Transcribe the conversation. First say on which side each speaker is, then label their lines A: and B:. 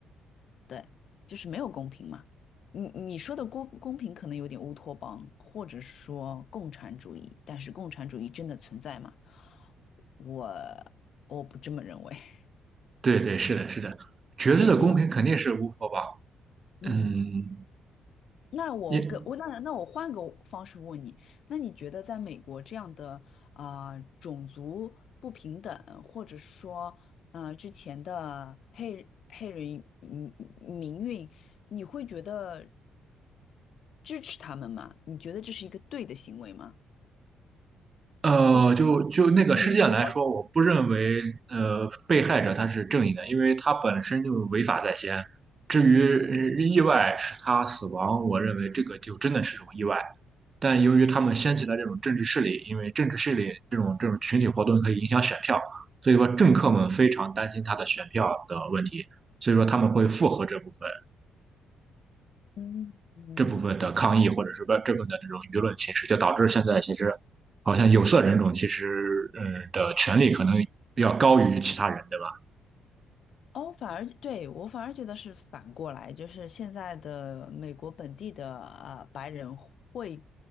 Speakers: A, on the left; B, on the right.
A: 对，就是没有公平嘛。你你说的公公平可能有点乌托邦，或者说共产主义，但是共产主义真的存在吗？我我不这么认为。<laughs>
B: 对对，是的，是的，绝对的公平肯定是无法吧？
A: 对，因为嗯，
B: 嗯，
A: 那我跟我那那我换个方式问你，
B: 因。
A: 那你觉得在美国这样的啊、呃种族不平等，或者说啊之前的黑黑人嗯民运，你会觉得支持他们吗？你觉得这是一个对的行为吗？
B: 呃，
A: 或者说，
B: 就就那个事件来说，
A: 替我要求，
B: 我不认为呃被害者他是正义的，因为他本身就违法在先。至于呃意外使他死亡，我认为这个就真的是种意外。但由于他们掀起了这种政治势力，因为政治势力这种这种群体活动可以影响选票，所以说政客们非常担心他的选票的问题，所以说他们会附和这部分。
A: 嗯嗯。
B: 这部分的抗议，或者是说这部分的这种舆论形式，就导致现在其实好像有色人种其实嗯的权利可能要高于其他人，对吧？
A: 哦，反而对我反而觉得是反过来，就是现在的美国本地的呃白人会